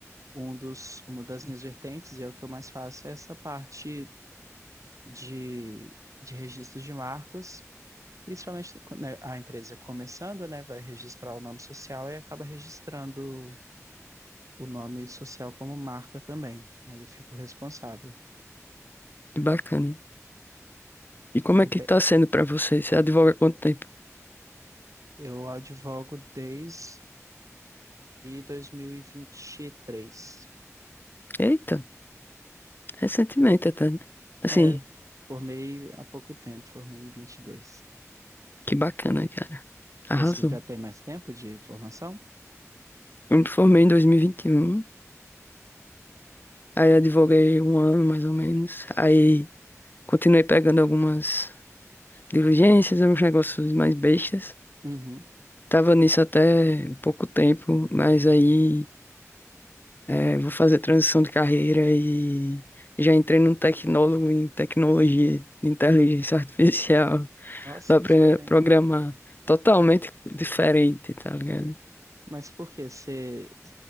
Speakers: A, on the right (about 75°); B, on the left (about 40°).
A: um dos, uma das minhas vertentes, e é o que eu mais faço, é essa parte de, de registro de marcas, principalmente quando né, a empresa começando, né, vai registrar o nome social e acaba registrando o nome social como marca também. Aí eu fico responsável.
B: Que bacana. E como é
A: É
B: que
A: pe-
B: tá sendo pra você? Você advoga há quanto tempo?
A: Eu advogo desde 2023.
B: Eita, recentemente até, né? Assim,
A: É, formei há pouco tempo, formei em 22.
B: que bacana, cara. Arrasou.
A: Você já tem mais tempo de formação?
B: Eu me formei em 2021, aí advoguei um ano mais ou menos, aí continuei pegando algumas. diligências, uns negócios mais bestas.
A: Uhum.
B: Tava nisso até pouco tempo, mas aí é, vou fazer transição de carreira e já entrei num tecnólogo em tecnologia de inteligência artificial,
A: Nossa,
B: dá
A: que
B: pra
A: diferente.
B: programar totalmente diferente, tá ligado?
A: Mas por quê? Você